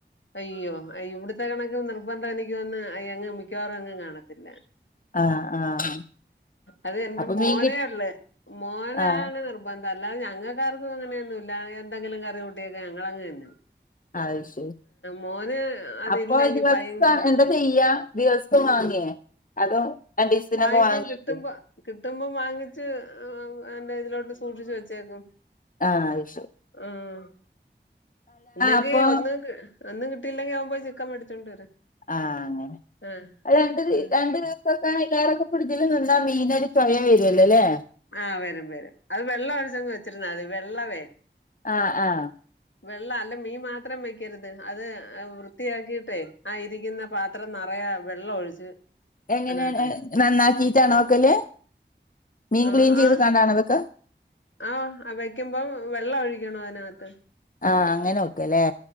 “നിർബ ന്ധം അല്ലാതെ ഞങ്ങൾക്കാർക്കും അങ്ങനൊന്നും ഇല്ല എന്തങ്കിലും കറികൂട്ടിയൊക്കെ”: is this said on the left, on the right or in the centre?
Left